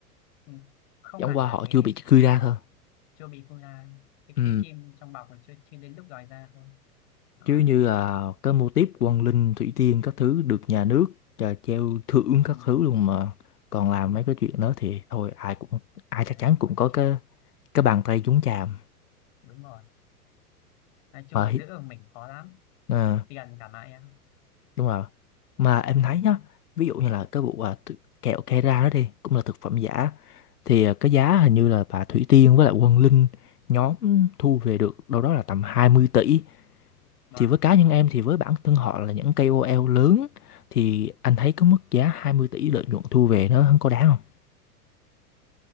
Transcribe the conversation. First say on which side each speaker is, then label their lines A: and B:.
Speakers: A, on the left; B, on the left.
A: ừ, không
B: chẳng
A: hẳn
B: qua
A: là
B: họ
A: thế
B: chưa bị truy
A: đúng
B: ra
A: rồi
B: thôi
A: chưa bị phun ra cái,
B: ừ
A: cái kim trong bọc còn chưa chưa đến lúc lòi ra thôi đó
B: chứ như là cái mô típ quang linh thủy tiên các thứ được nhà nước trà treo thưởng
A: Ừm,
B: các thứ luôn mà còn làm
A: công nhận
B: mấy cái chuyện đó thì thôi ai cũng ai
A: đấy
B: chắc chắn cũng
A: còn
B: có
A: chứ
B: cái cái bàn tay nhúng chàm
A: đúng rồi nói chung
B: mà
A: là
B: hi-
A: giữ được mình khó lắm
B: ờ,
A: tiền cả mãi em
B: đúng rồi mà em thấy
A: Đấy.
B: nhá ví dụ như là cái vụ à, th- kẹo Kera đó đi cũng là thực phẩm giả thì à, cái giá hình như là bà Thủy Tiên với lại Quang Linh nhóm thu về được đâu đó là tầm hai mươi tỷ
A: Rồi
B: Thì với cá nhân em
A: tiếp
B: thì với bản thân họ là những KOL lớn thì anh thấy cái mức giá 20 tỷ lợi nhuận thu về nó không có đáng không?